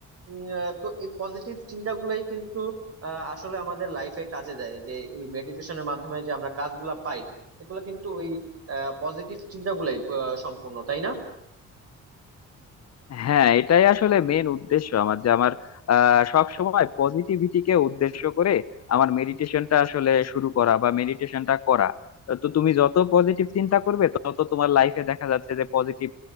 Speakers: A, on the right (about 50°); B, on the left (about 55°).
A: উম, আহ, তো এই পজিটিভ চিন্তাগুলোই কিন্তু আহ, আসলে আমাদের লাইফে কাজে দেয় যে ওই মেডিটেশনের মাধ্যমে যে আমরা কাজগুলা পাই এগুলো কিন্তু ওই পজিটিভ চিন্তাগুলাই আহ, সম্পূর্ণ তাই না
B: হ্যাঁ এটাই আসলে মেন উদ্দেশ্য আমার যে আমার আহ সব সময় পজিটিভিটিকে উদ্দেশ্য করে আমার মেডিটেশনটা আসলে শুরু করা বা মেডিটেশনটা করা তো তুমি যত পজিটিভ চিন্তা করবে তত তোমার লাইফে দেখা যাচ্ছে যে পজিটিভ